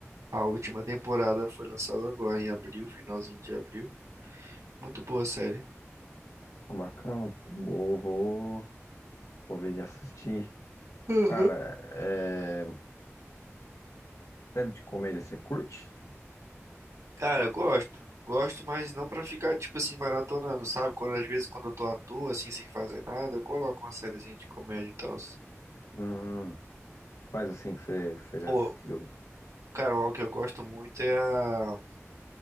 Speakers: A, on the right; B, on the left.
A: a última temporada foi lançada agora, em abril, finalzinho de abril. Muito boa a série.
B: Ah, Bacana, vou, vou, vou ver e assistir.
A: Uhum.
B: Cara, é, série de comédia você curte?
A: Cara, eu gosto. Gosto, mas não pra ficar, tipo assim, maratonando, sabe? Quando, às vezes, quando eu tô à toa, assim, sem fazer nada, eu coloco uma sériezinha de comédia e tal.
B: Hum, quais assim que você, que você já
A: Pô,
B: assistiu?
A: cara, uma que eu gosto muito é a